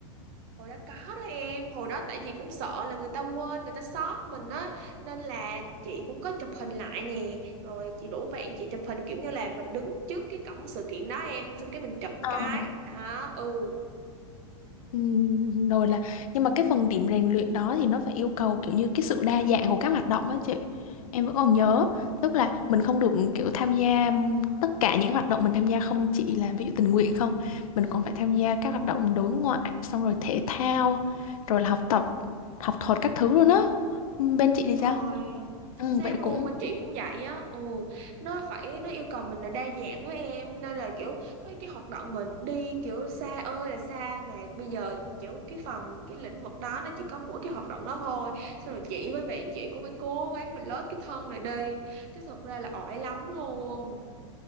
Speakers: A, on the right; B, on the left.
A: hồi đó có đó em hồi đó tại vì cũng sợ là người ta quên người ta sót mình á nên là chị cũng có chụp hình lại nè rồi chị rủ bạn chị chụp hình kiểu như là mình đứng trước cái cổng sự kiện đó em xong cái mình chụp một
B: Ờ.
A: cái đó ừ
B: Ừm, rồi là nhưng mà cái phần điểm rèn luyện đó thì nó phải yêu cầu kiểu như cái sự đa dạng của các hoạt động á chị em vẫn còn nhớ tức là mình không được kiểu tham gia tất cả những hoạt động mình tham gia không chỉ là ví dụ tình nguyện không mình còn phải tham gia các hoạt động đối ngoại xong rồi thể thao rồi là học tập học thuật các thứ luôn á bên chị
A: đúng
B: thì sao
A: rồi chính
B: ừ,
A: xác
B: vậy
A: luôn
B: cũng
A: bên chị cũng vậy á ừ nó phải nó yêu cầu mình là đa dạng với em nên là kiểu có cái hoạt động mình đi kiểu xa ơi là xa mà bây giờ kiểu cái phần cái lĩnh vực đó nó chỉ có mỗi cái hoạt động đó thôi xong rồi chị với bạn chị cũng phải cố gắng mình lết cái thân này đi chứ thật ra là ỏi lắm luôn